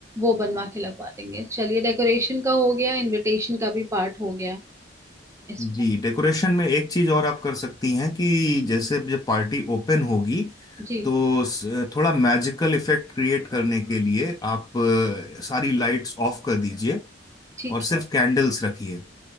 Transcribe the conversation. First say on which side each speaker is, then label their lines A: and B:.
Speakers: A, on the right; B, on the left.
A: वो बनवा के लगवा देंगे चलिए डेकोरेशन का हो गया इनविटेशन का भी पार्ट हो गया इसमें
B: जी डेकोरेशन में एक चीज और आप कर सकती हैं कि जैसे जब पार्टी ओपन होगी
A: जी
B: तो स- थोड़ा मैजिकल इफेक्ट क्रिएट करने के लिए आप अ, सारी लाइट्स ऑफ कर दीजिए
A: ठीक
B: और
A: है
B: सिर्फ कैंडल्स रखिए